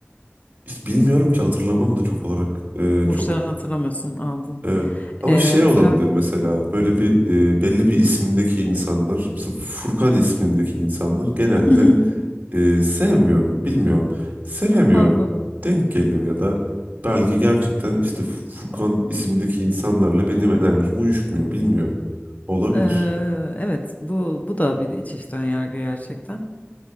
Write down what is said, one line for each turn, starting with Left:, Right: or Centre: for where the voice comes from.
Right: Hiç Bilmiyorum ki hatırlamam da çok olarak. Ee,
Left: Burçlarını
Right: çok
Left: hatırlamıyorsun anladım.
Right: evet. Ama
Left: Ee,
Right: şey
Left: mesela
Right: olabilir mesela böyle bir e, belli bir isimdeki insanlar mesela Furkan ismindeki insanlar genelde
Left: <laughs>
Right: e, sevmiyorum bilmiyorum. Sevemiyorum
Left: anladım.
Right: denk geliyor ya da belki gerçekten işte Furkan isimdeki insanlarla benim enerjim uyuşmuyor bilmiyorum. Olabilir.
Left: Ee, evet bu bu da bir çeşit önyargı gerçekten.